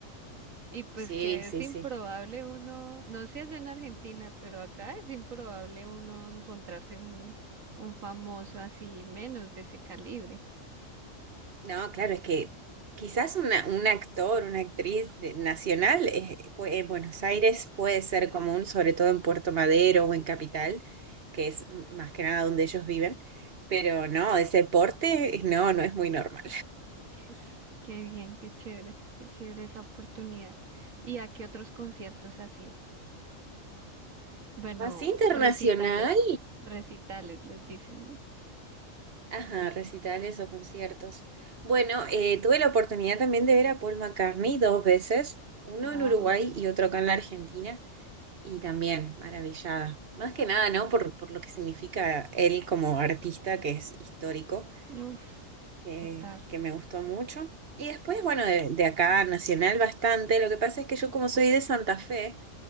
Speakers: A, on the right; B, on the right.
A: Y pues
B: Sí,
A: que
B: sí,
A: es improbable
B: sí.
A: uno, no sé allá en Argentina, pero acá es improbable uno encontrarse un, un famoso así menos de ese calibre.
B: No, claro, es que quizás una, un actor, una actriz de- nacional eh, pu- en Buenos Aires puede ser común, sobre todo en Puerto Madero o en Capital, que es m- más que nada donde ellos viven, pero no, ese porte eh, no, no es muy normal.
A: Es, qué bien, qué chévere, qué chévere esa oportunidad. ¿Y a qué otros conciertos has ido? Bueno,
B: Así internacional,
A: recitales, recitales les dicen, ¿no?
B: Ajá, recitales o conciertos. Bueno, eh, tuve la oportunidad también de ver a Paul McCartney dos veces, uno
A: Wow,
B: en Uruguay y otro acá en la Argentina, y también maravillada. Más que nada, ¿no? Por, por lo que significa él como artista, que es histórico,
A: uf,
B: que,
A: total,
B: que me gustó mucho. Y después, bueno, de, de acá, nacional bastante. Lo que pasa es que yo como soy de Santa Fe,